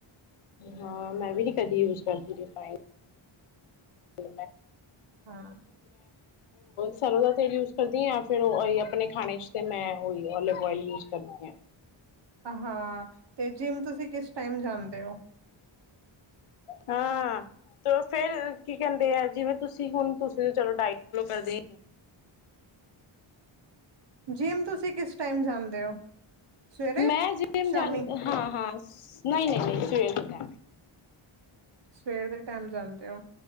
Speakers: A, on the left; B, on the right.
A: ਹਾਂ, ਮੈਂ ਵੀ ਨੀ ਕਦੀ ਯੂਜ, ਕਰਦੀ ਰਿਫਾਇੰਡ। <unintelligible> ਉਹ,
B: ਹਾਂ
A: ਸਰੋਂ ਦਾ ਤੇਲ ਯੂਜ ਕਰਦੀ ਹਾਂ, ਜਾਂ ਫਿਰ ਓ, ਆਪਣੇ ਖਾਣੇ ਚ ਤੇ ਮੈਂ, ਉਹੀ ਓਲਿਵ ਓਇਲ ਯੂਜ ਕਰਦੀ ਹਾਂ।
B: ਹ ਹਾਂ, ਤੇ ਜਿਮ ਤੁਸੀਂ ਕਿਸ, ਟਾਈਮ ਜਾਂਦੇ ਹੋ?
A: ਹਾਂ। ਚਲੋ ਫੇਰ ਕੀ ਕਹਿੰਦੇ ਆ, ਜਿਵੇਂ ਤੁਸੀਂ ਹੁਣ, ਤੁਸੀਂ ਚਲੋ ਡਾਇਟ ਫੋਲੋ ਕਰਦੇ।
B: ਜਿਮ, ਤੁਸੀ ਤੁਸੀਂ, ਕਿਸ ਟਾਈਮ ਜਾਂਦੇ ਹੋ? ਸਵੇਰੇ
A: ਮੈਂ ਜਿਮ
B: ਸ਼ਾਮੀ
A: ਜਾ, ਹਾਂ -ਹਾ, ਨਹੀਂ -ਨਹੀਂ, ਸਵੇਰ ਦੇ ਟਾਈਮ।
B: ਸਵੇਰ ਦੇ ਟਾਈਮ ਜਾਂਦੇ ਹੋ,